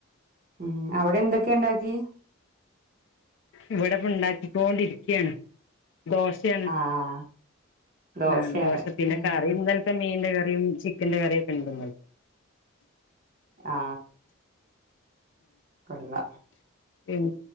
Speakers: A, on the right (about 40°); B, on the left (about 55°).
A: ഉം അവിടെ എന്തൊക്കെ ഉണ്ടാക്കി?
B: ഇവിടെ ഇപ്പ ഉണ്ടാക്കിക്കൊണ്ടിരിക്കയാണ്. ദോശയാണ്.
A: ആഹ് ദോശയാണ്
B: ആ ദോശ പിന്നെ
A: ഉം
B: കറി ഇന്നലത്തെ മീന്റെ കറിയും, ചിക്കന്റെ കറിയും, ഒക്കെ ഉണ്ട് ഇന്നൽ
A: ആ കൊള്ളാം.
B: ഉം